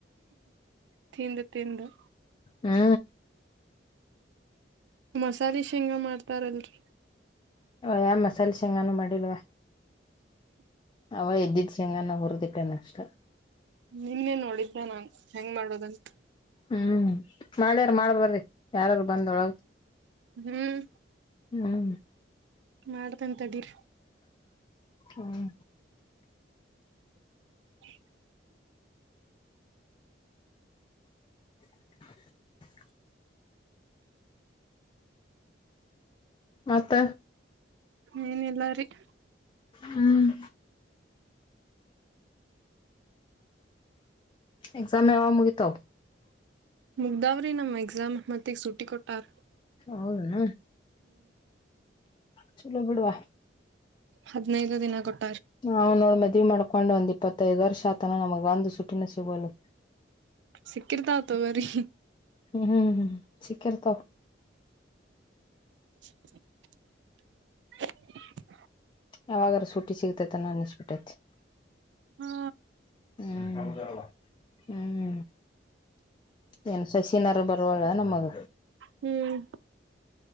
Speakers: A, on the right; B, on the left.
A: ತಿಂದು ತಿಂದು
B: ಹಾ
A: ಮಸಾಲೆ ಶೇಂಗ ಮಾಡ್ತಾರಲ್ರಿ
B: ಯಾ ಮಸಾಲೆ ಶೆಂಗಾನು ಮಾಡಿಲ್ವಾ ಅವ ಇದದ್ದಿದ್ದ ಶಂಗಾನ ಹುರ್ದಕ್ಕೆ ನಷ್ಟ
A: ನಿನ್ನೆನ್ ನೋಡಿದ್ದ ನಾನ್ ಹೆಂಗ್ ಮಾಡೋದಂತ
B: ಹ್ಮ್ ಮಾಡ್ಯಾರ ಮಾಡ್ಬರ್ರಿ ಯಾರಾದೂ ಬಂದೊಳಗ
A: ಹ್ಮ್
B: ಹ್ಮ್
A: ಮಾಡ್ತನ್ ತಡೀರಿ
B: ಹ್ಮ್
A: <inaudible>
B: <inaudible> ಮತ್ತ
A: <inaudible> ಏನಿಲ್ಲಾರಿೀ <inaudible>
B: ಹ್ಮ್ ಎಕ್ಸಾಮ್ ಯಾವ ಮುಗಿತಾವ
A: ಮುಗಧಾವ್ರಿ ನಮ್ಮ್ ಎಕ್ಸಾಮ್ ಮತ್ತೆಗ್ ಸುಟ್ಟಿ ಕೊಟ್ಟಾರ್
B: ಹೌದಣ ಚಲೋ ಬಿಡುವ
A: ಹದಿನೈದು ದಿನ ಕೊಟ್ಟು
B: ಹಾ್ ನೋಡ್ ಮದ್ವಿ ಮಾಡ್ಕೊಂಡ ಕಕೊಂಡ್ ಒಂದ್ ಇಪ್ಪತ್ತೈದು ವರ್ಷ ಆತನ ನಮಗ್ ಒಂದು ಸುಟ್ಟಿನ ಸಿಗೋಲು
A: ಸಿಕ್ಕಿರ್ತಾಾವ ಥಗೋರಿ
B: ಹ್ಮ್ ಹ್ಮ್ ಚಕ್ಕರ್ತ
A: <inaudible>
B: ಯಾವಾಗ್ರ ಸುಟ್ಟಿ ಸಿಗ್ತೇತ ನ ಇಷ್ಟಬಿಟ್ಟೈತಿ
A: ಹಾ
B: ಹ್ಮ್ ಹ್ಮ್ ಏನ್ ಶಶಿನಾರ ಬರ್ವಳ ನಮ್ಮಗ
A: ಹ್ಮ್